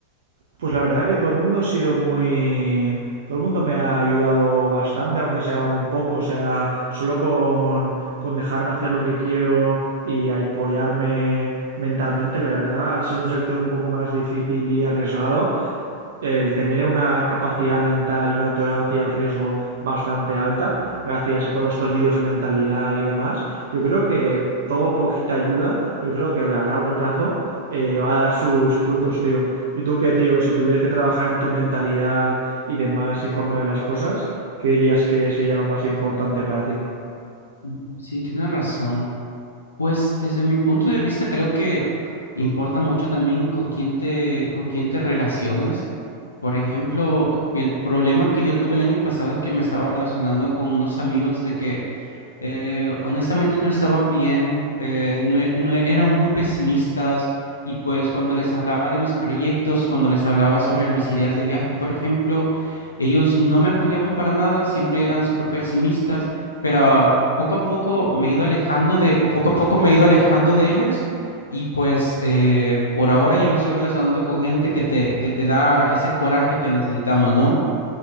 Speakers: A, on the right (about 60°); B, on the left (about 75°).
A: Pues la verdad que todo el mundo ha sido muy... Todo el mundo me ha ayudado bastante, aunque sea un poco, o sea, solo con, con dejarme hacer lo que quiero y apoyarme mentalmente, la verdad, al ser un sector un poco más difícil y arriesgado, el tener una capacidad mental y una tolerancia al riesgo bastante alta, gracias a todos estos libros de mentalidad y demás, yo creo que todo poquita ayuda, yo creo que a largo plazo eh, va a dar sus frutos, tío. ¿Y tú qué, tío? Si tuvieras que trabajar en tu mentalidad y demás y forma de las cosas, ¿qué dirías que sería lo más importante para ti?
B: Mm, Sí, tienes razón. Pues desde mi punto de vista creo que importa mucho también con quién te, con quién te relacionas. Por ejemplo, el problema que yo tuve el año pasado es que me estaba relacionando con unos amigos de que eh, honestamente no estaban bien, eh, no, e- no e- eran muy pesimistas y pues cuando les hablaba de mis proyectos, cuando les hablaba sobre mis ideas de viaje, por ejemplo, ellos no me apoyaban para nada, siempre eran súper pesimistas, pero ah, poco a poco me he ido alejando de, poco a poco me he ido alejando de ellos y pues eh, por ahora ya me estoy relacionando con gente que te, que te da ese coraje que necesitamos, ¿no?